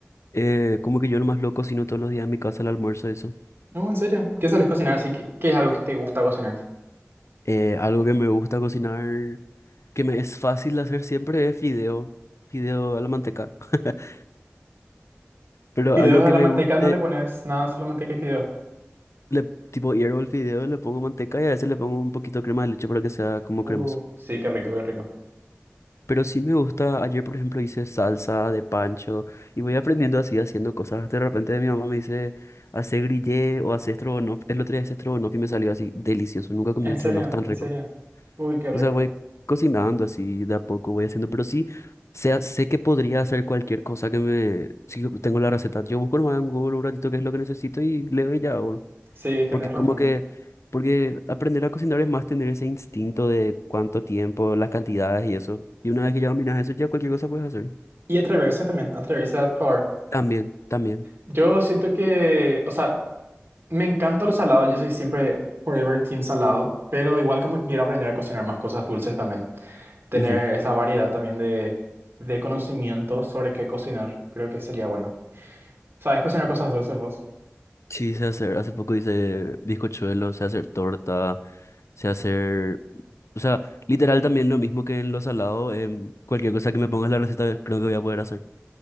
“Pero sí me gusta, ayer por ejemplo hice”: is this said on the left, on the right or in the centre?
Left